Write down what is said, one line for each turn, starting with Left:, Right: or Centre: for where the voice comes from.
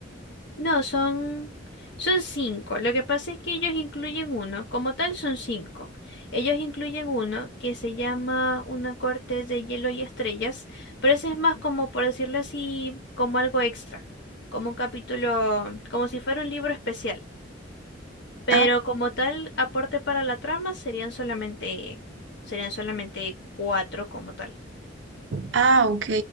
Left: No, son, son cinco. Lo que pasa es que ellos incluyen uno, como tal son cinco. Ellos incluyen uno que se llama Una corte de hielo y estrellas, pero ese es más como, por decirlo así, como algo extra, como un capítulo, como si fuera un libro especial. Pero
Right: Ah,
Left: como tal, aporte para la trama serían solamente, serían solamente cuatro como tal.
Right: ah, ok.